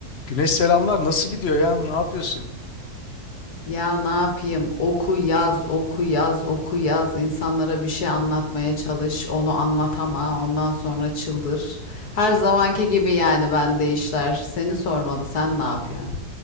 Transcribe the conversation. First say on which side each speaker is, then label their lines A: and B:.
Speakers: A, on the left (about 45°); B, on the left (about 75°).
A: Güneş selamlar. Nasıl gidiyor ya? Ne yapıyorsun?
B: Ya ne yapayım? Oku yaz, oku yaz, oku yaz. İnsanlara bir şey anlatmaya çalış. Onu anlatama. Ondan sonra çıldır. Her zamanki gibi yani bende işler. Seni sormalı. Sen ne yapıyorsun?